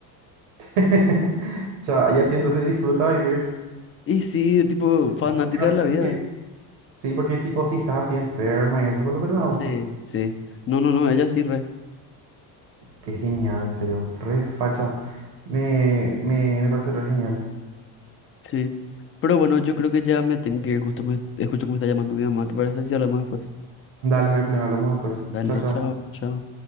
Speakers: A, on the right; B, on the left.
A: <laughs> Cha, ella sí, entonces disfruta vivir.
B: Y sí, tipo, fanática
A: Bueno,
B: de la vida.
A: tiene- Sí, porque tipo, si estás así enferma y eso, con lo que no da gusto.
B: Sí, sí. No, no, no, ella sí, re.
A: Qué genial, en serio. Re facha. Me, me, me parece re genial.
B: Sí. Pero bueno, yo creo que ya me tengo que ir, justo me escucho que me está llamando mi mamá, ¿te parece? Si hablamos después.
A: Dale, no hay problema, hablamos después.
B: Dale,
A: Chao, chao.
B: chao, chao.